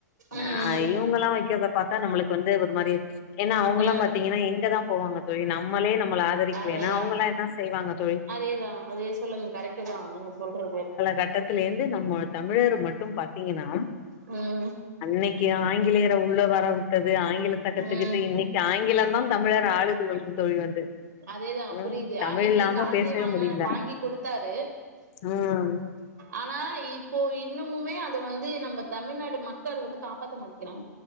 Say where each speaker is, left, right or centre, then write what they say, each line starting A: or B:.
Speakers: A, on the left; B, on the right.
A: நா
B: ம் ம்
A: இவங்கல்லா வைக்கிறத பாத்தா நம்மளுக்கு வந்து ஒரு மாரி ஏன்னா அவங்கல்லாம்
B: ம்
A: பாத்தீங்கன்னா எங்கதா போவாங்க தோழி நம்மளே நம் நம்மள ஆதரிக்கலீன்னா
B: அதேதா
A: அவங்களா என்ன செய்வாங்கத்
B: அதேதா அதே சொல்லுங்க கரெக்டுதா நீங்க சொல்றது
A: கட்டத்துல இருந்து நம்மாட் தமிழர் மட்டும் பாத்தீங்கன்னா
B: ம்
A: அன்னைக்கு ஆங்கிலேயர உள்ள வர உட்டது து ஆங்கிலத்த கத்துக்கிட்டு
B: ம்
A: இன்னிக் ஆயிங் ங்கிலந்தா தமிழர ஆழுது <inaudible> தோழி வந்து
B: அதேதா
A: ம்
B: புரியுது
A: தமிழ்
B: அன்னைக்கு
A: இல்லாம
B: காந்தி
A: பேசவே
B: வாங்க
A: முடியல
B: வாங்கி குடுத்தாரு
A: ம்
B: ஆனா இப்போ இன்னமுமே அத வந்து நம்ம தமிழ்நாடு மக்கள் அத வந்து காப்பாத்த மாட்டிக்கிறாங்க